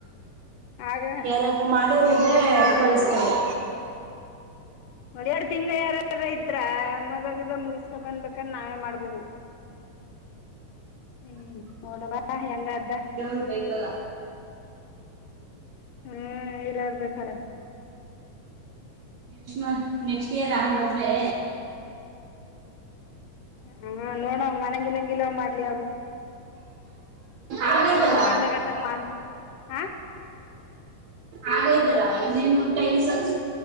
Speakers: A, on the left (about 75°); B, on the right (about 70°).
A: ಆಗ
B: ಯಾರಾದ್ೂ ಮಾಡೋ ನಿಂದ್ರೆ
A: ಹೋಯ್ತೀನಿ ನೋಡ್
B: ಕಳಸ್ತಾರೆ
A: ಒಂದ ಎರಡು ತಿಂಗ್ ಯಾರಾರ ಇದ್ರ ಮೊದಗಿದ ಮುಗಿಸಕ ಬಂದಬೇಕಂದ ನಾವೇ ಮಾಡ್ಬೋದು ಹ್ಮ್ ಮೋಡಬಾ ಎಲ್ಲ ಅ್ದ
B: ಇರರು ಬೈಕಲ್ಲ
A: ಹ್ಮ್ ಇರರ್ಬೇಕಾರೆ
B: ನೆಕ್ಸ್ಟ್ ಮಂತ್ ನೆಕ್ಸ್ಟ್ ಇಯರ್ ಆನ್ ಹದ್ವೆ
A: ಹಾ ನೋಡವ ಮನಂಗಿನಂಗ ಇಲವ್ ಮಾಡ್ಲಿ ಅವ್ರು
B: ಆಗೈತಲ್ಲ
A: ಗಲ ಮಾಡ್ದಾಗ ಅಥಕ್ ಮಾಡ ಹಾ
B: ಆಗೋದಲ್ಲ ಇನ್ನೇನು ಟೈನ್ಸ್ು